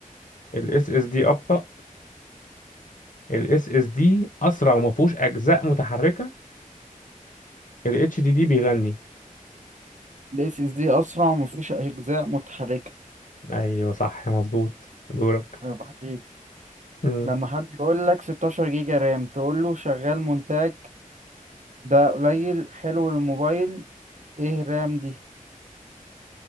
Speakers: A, on the left (about 70°); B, on the right (about 60°).
A: الاس اس اس دي ابطا الاس اس اس دي اسرع وما فيهوش اجزاء متحركه الاتش دي دي بيغني
B: ال SSD أسرع ومفيهوش أجزاء متحركة
A: ايوه صح مظبوط دورك
B: عيب عليك
A: مم.
B: لما حد يقول لك 16 جيجا رام تقول له شغال مونتاج ده قليل حلو للموبايل إيه رام دي